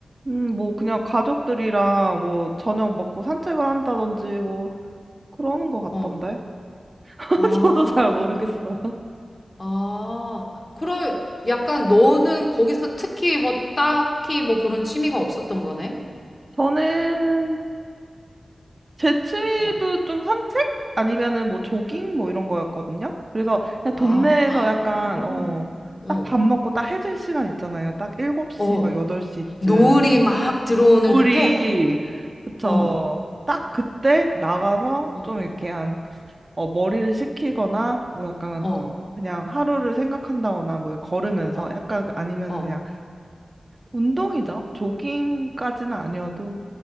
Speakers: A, on the right; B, on the left.
A: 음, 뭐 그냥 가족들이랑 뭐 저녁 먹고 산책을 한다든지 뭐 그러는 것 같던데.
B: 어.
A: <laughs>
B: 아,
A: 저도 잘 모르겠어요.
B: 그, 아. 그럼 약간 너는 거기서 특히 뭐 딱히 뭐 그런 취미가 없었던 거네?
A: 저는 제 취미도
B: 어,
A: 좀 산책? 아니면은 뭐 조깅 뭐
B: 어.
A: 이런 거였거든요. 그래서 그냥 동네에서
B: 아, 헉,
A: 약간,
B: 오,
A: 어,
B: 응.
A: 딱 밥 먹고 딱 해질 시간 있잖아요. 딱 7시
B: 어,
A: 막 8시쯤.
B: 노을이 막 들어오는
A: 우리
B: 그때?
A: 그쵸.
B: 어,
A: 딱 그때 나가서
B: 어,
A: 좀 이렇게 한 어, 머리를 식히거나 뭐 약간
B: 어,
A: 그냥 하루를 생각한다거나 뭐 걸으면서
B: 어,
A: 약간 그- 아니면은
B: 어.
A: 그냥 운동이죠. 조깅까지는 아니어도